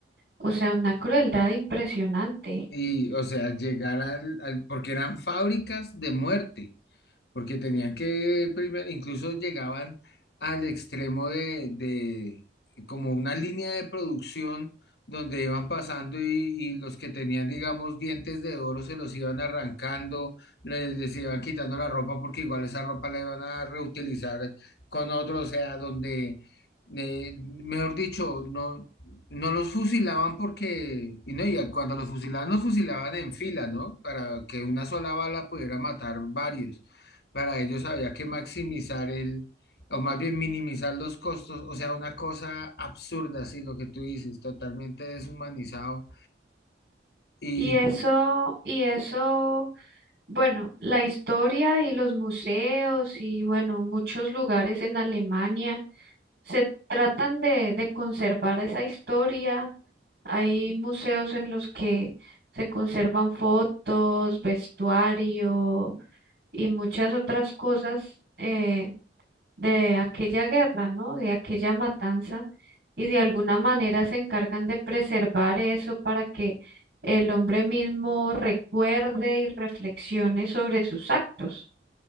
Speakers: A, on the right; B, on the left.
A: O sea, una crueldad impresionante.
B: y o sea, llegar al, al- porque eran fábricas de muerte. porque tenían que, primer- incluso llegaban al extremo de, de como una línea de producción donde iban pasando y, y los que tenían, digamos, dientes de oro se los iban arrancando, les, les iban quitando la ropa porque igual esa ropa la iban a reutilizar con otro, o sea, donde, eh, mejor dicho, no, no los fusilaban porque, y no, y cuando los fusilaban, los fusilaban en fila, ¿no? Para que una sola bala pudiera matar varios para ellos había que maximizar el, o más bien minimizar los costos, o sea, una cosa absurda, sí, lo que tú dices, totalmente deshumanizado. Y
A: Y eso, y eso, bueno, la historia y los museos y bueno, muchos lugares en Alemania se tratan de, de conservar esa historia Hay museos en los que se conservan fotos, vestuario y muchas otras cosas eh, de aquella guerra, ¿no? De aquella matanza. Y de alguna manera se encargan de preservar eso para que el hombre mismo recuerde y reflexione sobre sus actos.